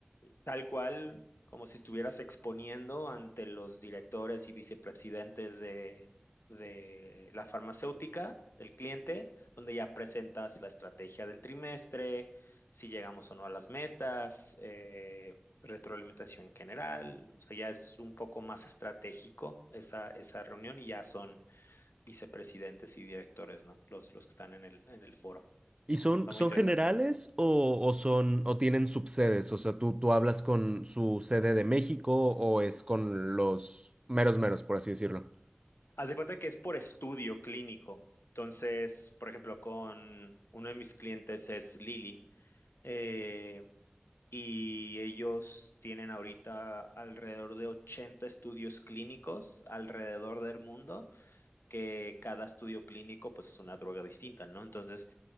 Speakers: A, on the left; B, on the right.
A: tal cual como si estuvieras exponiendo ante los directores y vicepresidentes de, de la farmacéutica, del cliente, donde ya presentas la estrategia del trimestre, si llegamos o no a las metas, eh, retroalimentación en general, o sea, ya es un poco más estratégico esa, esa reunión y ya son vicepresidentes y directores, ¿no? Los, los que están en el, en el foro.
B: ¿Y son,
A: Está
B: son
A: muy interesante.
B: generales o, o son o tienen subsedes? O sea, tú, tú hablas con su sede de México o es con los meros meros, por así decirlo.
A: Haz de cuenta que es por estudio clínico. Entonces, por ejemplo, con uno de mis clientes es Lili, eh, y ellos tienen ahorita alrededor de 80 estudios clínicos alrededor del mundo, que cada estudio clínico pues es una droga distinta, ¿no? Entonces,